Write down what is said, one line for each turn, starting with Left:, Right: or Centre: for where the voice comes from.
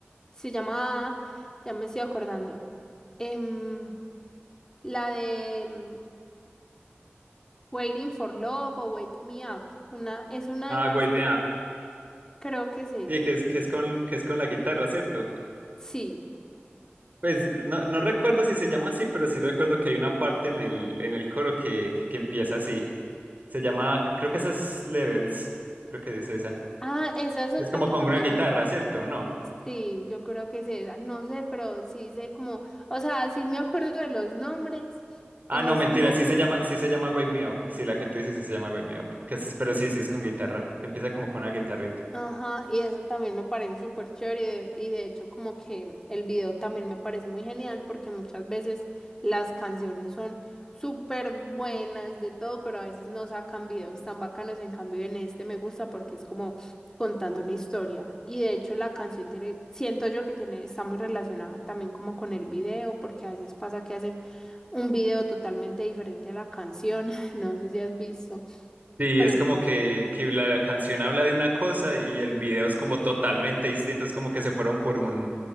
Left: se llama, ya me estoy acordando, em, la de mm, Waiting for Love o Wake Me Up, una, es una
Right: ah,
Left: de esas
Right: Wake
Left: dos,
Right: Me Up,
Left: creo que es esa.
Right: sí, que es, que es con, que es con la guitarra, ¿cierto?
Left: Sí.
Right: Pues no, no recuerdo si se llama así, pero sí recuerdo que hay una parte en el, en el coro que, que empieza así. Se llama, creo que esas Levels. Creo que es esa.
Left: Ah, esa es otra
Right: Es como
Left: que
Right: con
Left: también
Right: una guitarra,
Left: es.
Right: ¿cierto? ¿No?
Left: Sí, yo creo que es esa, no sé, pero sí sé como, o sea, sí me acuerdo de los nombres
Right: Ah,
Left: en
Right: no,
Left: esos
Right: mentira,
Left: momentos.
Right: sí se llama, sí se llama Wake Me Up. Sí, la que tú dices sí se llama Wake Me Up. Que es- pero sí, sí es con guitarra. Que empieza como con una guitarrita.
Left: Ajá, y eso también me parece súper chévere y de hecho como que el video también me parece muy genial porque muchas veces las canciones son súper buenas de todo, pero a veces no sacan videos tan bacanos, en cambio en este me gusta porque es como contando una historia y de hecho la canción tiene, siento yo que tiene, está muy relacionada también como con el video porque a veces pasa que hacen un video totalmente diferente a la canción, <laughs> no sé si has visto,
Right: Sí,
Left: pero
Right: es como que, que la canción habla de una cosa y el video es como totalmente distinto, es como que se fueron por un,